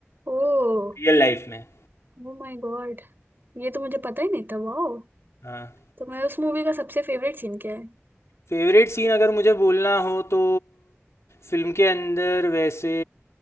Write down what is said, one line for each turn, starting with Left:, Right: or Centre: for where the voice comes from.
Right: ओ
Left: रियल लाइफ में
Right: ओ माय गॉड ये तो मुझे पता ही नहीं था वाओ
Left: हाँ
Right: तो मैं उस मूवी का सबसे फेवरेट सीन क्या है
Left: फेवरेट सीन अगर मुझे बोलना हो तो फिल्म के अंदर वैसे